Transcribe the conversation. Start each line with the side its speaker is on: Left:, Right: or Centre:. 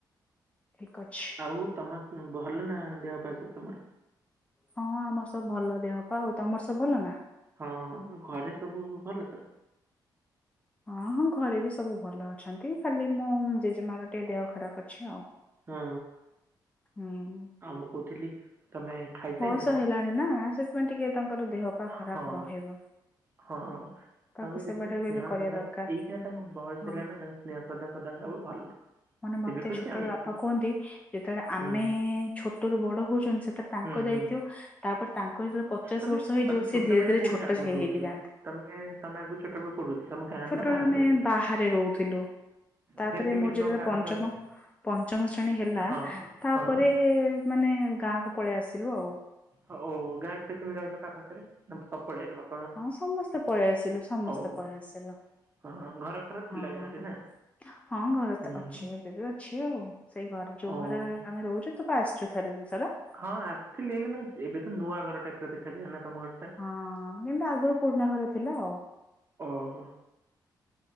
Left: ଠିକ ଅଛି।
Right: ଆଉ ତମ ଭଲ ନା ଦେହ ପା ସବୁ ତମର?
Left: ହଁ ଆମର ସବୁ ଭଲ ଦେହ ପା। ଆଉ ତମର ସବୁ ଭଲ ନା?
Right: ହଁ ଘରେ ସବୁ ଭଲ ତ?
Left: ହଁ ହଁ ଘରେ ବି ସବୁ ଭଲ ଅଛନ୍ତି ଖାଲି ମୋ ଜେଜେମାର ଟିକେ ଦେହ ଖରାପ ଅଛି ଆଉ।
Right: ହୁଁ।
Left: ହୁଁ।
Right: ଆଉ ମୁଁ କହୁଥିଲି ତମେ ଖାଇସାଇଲଣି?
Left: ବୟସ ହେଲାଣି ନା ସେଥିପାଇଁ ଟିକେ ତାଙ୍କର ଦେହ ପା ଖରାପ
Right: ହଁ
Left: ରହିବ।
Right: ହଁ
Left: ତାଙ୍କ
Right: ତାଙ୍କୁ
Left: ସେବାଟା
Right: ଯେତେ ସ୍ନେହ
Left: ବି ଏବେ କରିବା
Right: ଶ୍ରଧା
Left: ଦରକାର
Right: ଏଇଖିନା ତାଙ୍କ ବୟସ
Left: ହଁ
Right: ହେଲା ନା ତାଙ୍କ ସ୍ନେହଶ୍ରଧା ସଦାବେଳେ ଦବ ଭଲ।
Left: ମାନେ
Right: ସେ
Left: ମତେ
Right: ବି ଖୁସି
Left: ଛୋଟବେଳେ
Right: ଆମେ
Left: ବାପା
Right: ବି ଖୁସି।
Left: କୁହନ୍ତି ଯେତେବେଳେ ଆମେ
Right: ହୁଁ
Left: ଛୋଟରୁ ବଡ ହଉଚନ୍ତି ସେଟା ତାଙ୍କ
Right: ହୁଁ
Left: ଦାୟିତ୍ୱ
Right: ହୁଁ
Left: ତାପରେ ତାଙ୍କର ଯେତେବେଳେ ପଚାଶ
Right: ତମେ
Left: ବର୍ଷ ହେଇଯିବ
Right: ତମେ ଛୋଟ
Left: ସେ ଧୀରେ
Right: ବେଳେ
Left: ଧୀରେ
Right: କୋଉଠି
Left: ଛୋଟ
Right: ଆଗରୁ
Left: ହେଇ
Right: ରହୁଥିଲ?
Left: ହେଇକି ଯାଆନ୍ତି।
Right: ତମେ ତମେ ଆଗରୁ ଛୋଟବେଳେ କୋଉଠି ରହୁଥିଲ ତମ ଗାଁରେ
Left: ଛୋଟବେଳେ
Right: ନା ବାହାରେ
Left: ଆମେ
Right: ରହୁଥିଲ?
Left: ବାହାରେ ରହୁ ଥିଲୁ। ତାପରେ
Right: ଫେରେ କେମିତି
Left: ମୋର ଯେତଳେ
Right: କଣ ଗାଁକୁ
Left: ପଞ୍ଚମ
Right: ଆଇଲ?
Left: ପଞ୍ଚମ ଶ୍ରେଣୀ ହେଲା
Right: ହଁ
Left: ତାପରେ
Right: ହଁ
Left: ମାନେ ଗାଁକୁ ପଳେଇ ଆସିଲୁ ଆଉ।
Right: ହଉ ଗାଁରେ ଫିରି କେମିତି ରହିଲ କାହା ପାଖରେ ନା ସବୁ ପଳେଇ ଆଇଲ ବାପ
Left: ହଁ ସମସ୍ତେ ପଳେଇ ଆସିଲୁ ସମସ୍ତେ
Right: ଓହୋ
Left: ପଳେଇ ଆସିଲୁ।
Right: ହଁ ଘର ଫର ଥିଲା
Left: ହଁ
Right: ଗାଁରେ
Left: ହଁ।
Right: ନା?
Left: ହଁ ଘର ତ
Right: ହୁଁ
Left: ଅଛି
Right: ହୁଁ।
Left: ଏବେ ବି ଅଛି ଆଉ ସେଇ ଘରେ ଯୋଉ
Right: ଓହୋ
Left: ଘରେ ଆମେ ରହୁଚୁ ତ ତୁ ପା ଆସିଚୁ ଥରେ ଦି ଥର।
Right: ହଁ ଆସିଥିଲି ହେଲେ ମାନେ ଏବେ ତ ନୂଆ ଘର ଟାଇପର ଦେଖାଯିବ ନା ତମ ଘର ଟା।
Left: ହଁ କିନ୍ତୁ ଆଗରୁ ପୁରୁଣା ଘର ଥିଲା ଆଉ।
Right: ଓହୋ।